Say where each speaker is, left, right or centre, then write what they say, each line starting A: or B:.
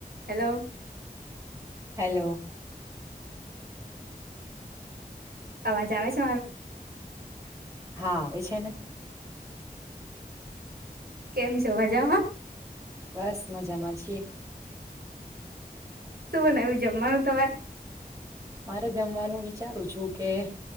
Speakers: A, on the right (about 80°); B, on the right (about 20°).
A: હેલો.
B: હેલો
A: અવાજ આવે છે મારો.
B: હા આવે છે ને.
A: કેમ છે મજામાં?
B: બસ મજામાં છીએ.
A: તુ બનાયવું જમવાનું થવા.
B: મારે જમવાનું વિચારું છું કે